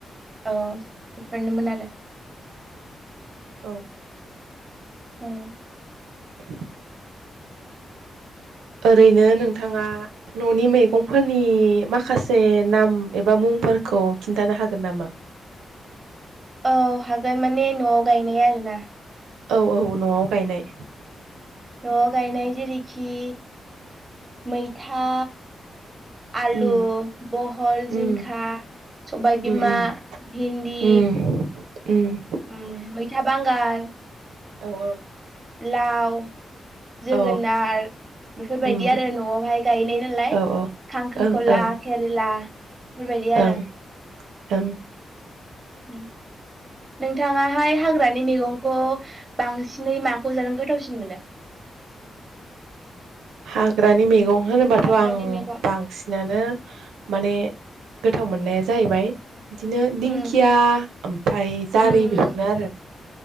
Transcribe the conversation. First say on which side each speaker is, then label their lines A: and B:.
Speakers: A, on the right (about 30°); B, on the right (about 85°).
A: औ बेफोरनोमोन आरो
B: औ
A: औ
B: <inaudible> ओरैनो नोंथाङा न'नि मैगंफोरनि माखासे नाम एबा मुंफोरखौ खिन्थानो हागोन नामा
A: औ हागोन माने न'आव गायनाय आरो ना
B: औ-औ न'आव गायनाय
A: न'आव गायनाय जेरैखि मैथा आलु
B: उम
A: बहल
B: उम
A: जिंखा सबायबिमा
B: उम उम
A: भिन्दि
B: उम उम
A: उम मैथा बांगाल
B: औ-औ
A: लाव जोगोनार
B: औ
A: बेफोरबायदि
B: उम
A: आरो न'आवहाय गायनाय नालाय
B: औ औ
A: खांख्रिखला
B: ओं ओं
A: केरेला बेफोरबायदि आरो
B: ओं ओं
A: <inaudible> नोंथाङाहाय हाग्रानि मैगंखौ बांसिनै माखौ जानो गोथावसिन मोनो
B: हाग्रानि मैगं होनोबाथ'
A: हाग्रानि
B: आं
A: मैगं
B: बांसिनानो माने गोथाव मोननाया जाहैबाय इदिनो दिंखिया
A: उम
B: ओमफ्राय जारि
A: उम
B: बेफोरनो आरो